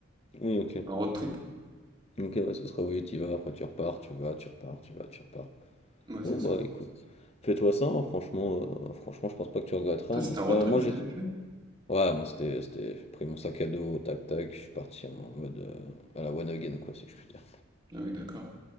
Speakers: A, on the left; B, on the right.
A: Oui, OK.
B: un road trip.
A: OK, ouais, ce sera oui, tu vas, après tu repars, tu vas, tu repars, tu vas, tu repars.
B: Ouais, c'est
A: Ouais,
B: ça.
A: bah, écoute, fais-toi ça, hein, franchement, heu, franchement, je pense pas que tu regretteras,
B: Toi,
A: hein.
B: c'était
A: Après,
B: un road trip
A: moi,
B: que
A: j'ai
B: t'avais fait?
A: Ouais, moi c'était, c'était, j'ai pris mon sac à dos, tac tac, je suis parti en mode euh, à la one again quoi, si je puis dire.
B: Ah oui, d'accord.